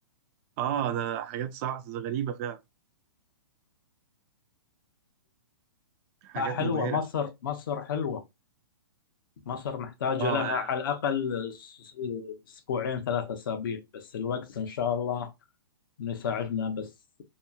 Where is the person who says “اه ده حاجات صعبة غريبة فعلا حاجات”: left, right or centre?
Right